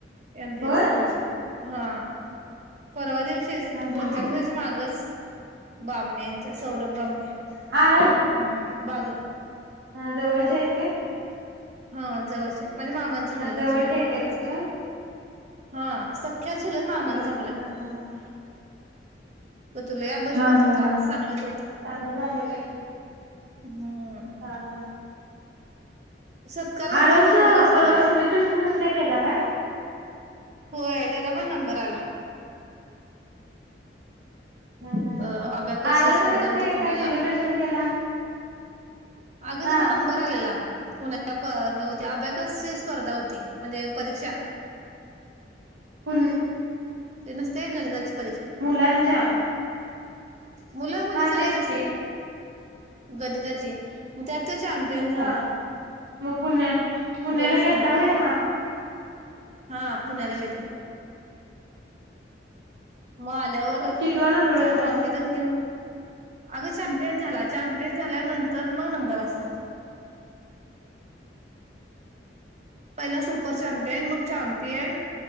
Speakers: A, on the right; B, on the right.
A: एम पी
B: होय
A: एस सी मधन. हा. परवा दिवशीच,
B: हा
A: दोन
B: हा
A: चार दिवसाच्या माग बामणेच, सौरभ बामणे
B: ह
A: हम्म बाग
B: जवळचे
A: हॅलो
B: आहेत
A: हा जवळचे म्हणजे मामांचा मुलगा
B: ह जवळच्या
A: चुलत
B: आहेतेत
A: मामांचा
B: काय तुमच्या
A: हा सख्या चुलत मामांचा
B: होय
A: मुलगा
B: हा हा हा
A: तुला अभ्यास
B: हा
A: करत
B: हा
A: होता
B: हा
A: सांगलीत होता
B: चांगलं झालं की
A: हम्म
B: हा हा हा.
A: सत्कार
B: आरवच
A: करताना तो रडायलाच
B: परवा
A: लागला
B: सेलिब्रेशन कसलं केला काय
A: होय त्याचा पण नंबर आला
B: ह ह
A: अ अबॅकसची
B: आरवच
A: स्पर्धा
B: कसे
A: होती
B: काय
A: पुण्याला
B: काय सेलिब्रेशन केला
A: अगं
B: हा
A: त्याचा नंबर आलेला पुण्या हे होते अभ्याकसची स्पर्धा होती म्हणजे परीक्षा
B: पुन्हा
A: ते नस्त ते का गणिती चा
B: मुलांच्या
A: मुलं मुली
B: हा
A: सगळीच
B: तेच
A: असतात
B: की
A: गणिताची त्यात चॅम्पियन झाला
B: हा मग पुण्या पुण्याला
A: तेच
B: गेलता
A: झाले
B: व्हय हा
A: हा पुण्याला गेले मग आल्यावर
B: कितवा नंबर
A: च
B: बसला
A: ट्रॉफी पण घेऊन अग चॅम्पियन झाला चॅम्पियन झाल्यानंतर मग नंबर असतात पहिला सुपर चॅमपियन मग चॅमपियन